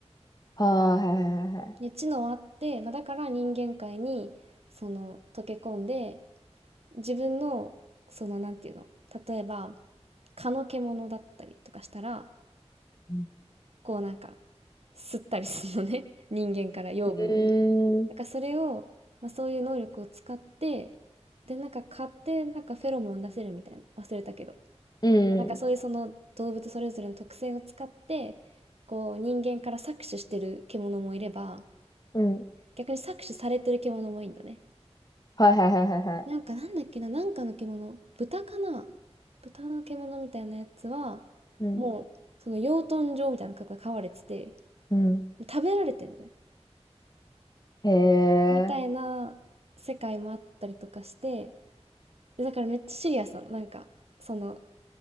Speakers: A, on the left; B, on the right.
A: ああはいはいはいはい。
B: で、知能あって、まあ、だから人間界にその溶け込んで自分のそのなんていうの例えば蚊の獣だったりとかしたら、
A: うん
B: こうなんか、吸ったりするのね。<laughs> 人間から養分を。
A: うん。
B: だからそれを、まあ、そういう能力を使って、で、なんか蚊ってなんかフェロモン出せるみたいな。忘れたけど。
A: うん。
B: なんかそういうその動物それぞれの特性を使って、こう人間から搾取してる獣もいれば、
A: うん。
B: 逆に搾取されてる獣もいいんだね。
A: はいはいはいはいはい。
B: なんかなんだっけな、なんかの獣、豚かな豚の獣みたいなやつは、
A: うん。
B: もう、その養豚場みたいな格が飼われてて、
A: うん。
B: 食べられてんのよ。
A: へえ。
B: みたいな世界もあったりとかして、でだからめっちゃシリアスなの。なんか、その、